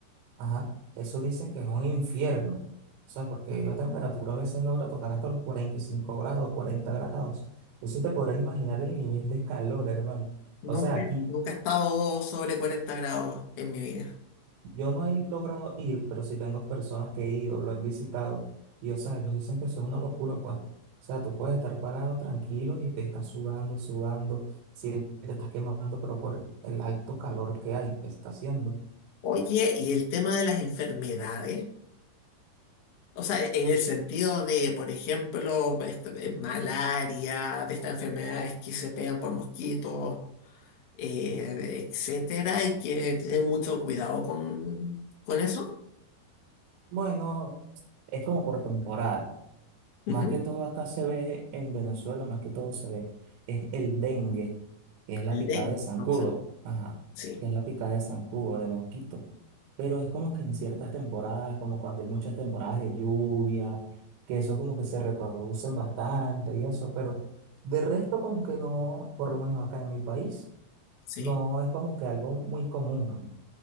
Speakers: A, on the right; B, on the left.
A: ajá, eso dicen que es un infierno. O sea, porque la temperatura a veces logra tocar hasta los 45 grados, 40 grados. Entonces te podrás imaginar el nivel de calor, hermano.
B: nunca,
A: O sea, aquí
B: nunca he estado sobre 40 grados en mi vida.
A: Yo no he logrado ir, pero sí tengo personas que he ido, lo han visitado, y o sea, ellos dicen que eso es una locura, pues. O sea, tú puedes estar parado tranquilo y te estás sudando, sudando, sientes que te estás quemando, pero por el alto calor que hay, que está haciendo.
B: Oye, y el tema de las enfermedades, o sea, en el sentido de, por ejemplo, esta- eh, malaria, de estas enfermedades que se pegan por mosquitos, eh, etcétera, hay que tener mucho cuidado con, con eso.
A: Bueno, es como por temporada. Más
B: Ujú.
A: que todo acá se ve en Venezuela, más que todo se ve, es el dengue, que es la
B: El
A: picada
B: dengue,
A: de zancudo,
B: entonces,
A: ajá,
B: sí,
A: que es la picada de zancudo, de mosquito. Pero es como que en ciertas temporadas, como cuando hay muchas temporadas de lluvia, que eso como que se reproducen bastante y eso, pero de resto como que no, por lo menos acá en mi país,
B: sí.
A: no es como que algo muy común.